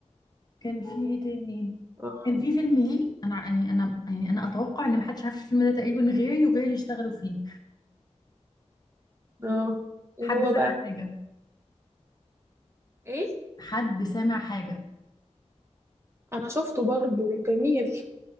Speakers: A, on the left; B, on the right.
A: كان في ايه تاني
B: اه
A: كان في فيلم ليه انا يعني انا يعني انا اتوقع ان محدش عارف الفيلم ده تقريبا غيري وغير اللي اشتغلوا فيه
B: اه إيه
A: حد
B: هو
A: سامع
B: بقى
A: حاجه
B: ايه
A: حد سامع حاجه
B: انا شفته برضو جميل